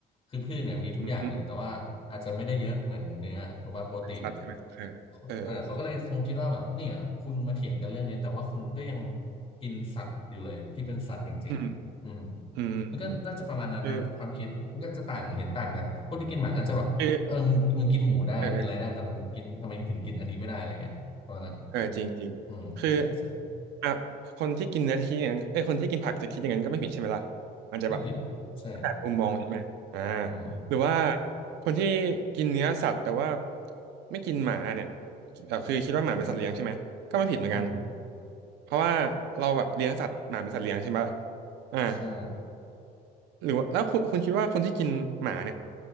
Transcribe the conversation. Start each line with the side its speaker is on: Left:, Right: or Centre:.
Left: คือพืชเนี่ยมีทุกอย่างเลยแต่ว่าอาจจะไม่ได้เยอะเหมือนเนื้อถูกป่ะโปรตีนอ่ะ
Right: อืมอืมสัตว์ใช่ไหมเออเออ
Left: เออเขาก็เลยคงคิดว่าแบบเนี่ยคุณมาเถียงกันเรื่องนี้แต่ว่าคุณก็ยังกินสัตว์อยู่เลยที่เป็นสัตว์จริงๆอืม
Right: อืมอืมอืม
Left: มันก็น่าจะประมาณนั้นนะความคิดมันก็จะต่างเห็นต่างกันคนที่กินหมาก็จะแบบเออมึงมึงกินหมูได้กินอะไรได้แต่มึงกินทำไมถึงกินอันนี้ไม่ได้อะไรเงี้ยประมาณนั้น
Right: คืออ่ะคือเออเออจริงจริงคือ
Left: อืมใช่ใช่
Right: อ่ะคนที่กินเนื้อจะคิดอย่างนั้นเอ้ยคนที่กินผักจะคิดอย่างนั้นก็ไม่ผิดใช่ไหมล่ะมันจะแบบ
Left: ไม่ผิดใช่
Right: จากมุมมองใช่ไหมอ่า
Left: อืม
Right: หรือว่าคนที่กินเนื้อสัตว์แต่ว่าไม่กินหมาเนี่ยแต่คือคิดว่าหมาเป็นสัตว์เลี้ยงใช่ไหมก็ไม่ผิดเหมือนกัน
Left: อืม
Right: เพราะว่าเราแบบเลี้ยงสัตว์หมาเป็นสัตว์เลี้ยงใช่ไหมอ่า
Left: ใช่
Right: หรือว่าแล้วคุณคุณคิดว่าคนที่กินหมาเนี่ย